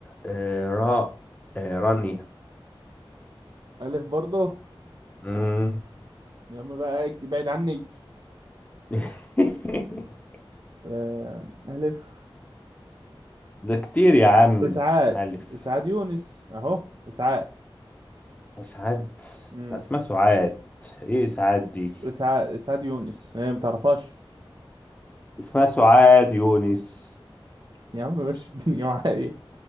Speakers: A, on the left; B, on the right.
A: آه راء آه رانيا
B: ألف برضه
A: مم.
B: يا عم بقى إيه، بعيد عني
A: <laughs>
B: آه، ألف
A: ده كتير يا عم
B: إسعاد
A: ألف
B: إسعاد يونس أهو إسعاد
A: سعاد
B: امم
A: اسمها سعاد ايه سعاد دي
B: إسعاد إسعاد يونس هي ما تعرفهاش
A: اسمها سعاد يونس
B: يا عم مش <laughs> الدنيا معايا